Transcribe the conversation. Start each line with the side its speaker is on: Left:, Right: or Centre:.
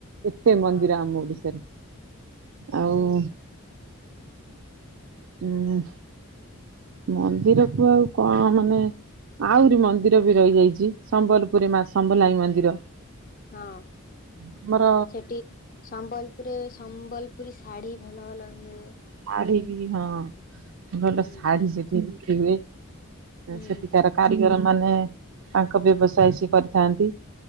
Right: ଏତେ ମନ୍ଦିର
Left: ହଁ
Right: ଆମ ଓଡିଶାରେ। ଆଉ
Left: ହୁଁ
Right: ଉ ମନ୍ଦିର କୁ ଆଉ କଣ ମାନେ ଆହୁରି ମନ୍ଦିର ବି ରହିଯାଇଚି ସମ୍ବଲପୁରୀ ମା ସମ୍ବଲାଇ ମନ୍ଦିର।
Left: ହଁ
Right: ଆମର
Left: ସେଠି ସମ୍ବଲପୁରରେ ସମ୍ବଲ ପୁରୀ ଶାଢ଼ୀ ଭଲ ଭଲ ମିଳେ।
Right: ଶାଢୀ ବି ହଁ ଭଲ
Left: ହୁଁ
Right: ଶାଢୀ ସେଠି ବିକ୍ରି ହୁଏ।
Left: ହୁଁ
Right: ସେଠିକାର କାରିଗର ମାନେ ତାଙ୍କ ବ୍ୟବସାୟ ସିଏ କରିଥାନ୍ତି।